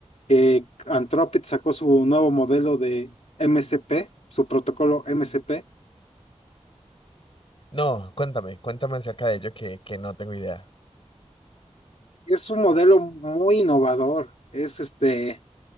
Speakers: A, on the left; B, on the left.
A: que Anthropic sacó su nuevo modelo de MCP, su protocolo MCP.
B: No, cuéntame, cuéntame acerca de ello que, que no tengo idea.
A: Es un modelo muy innovador. Es este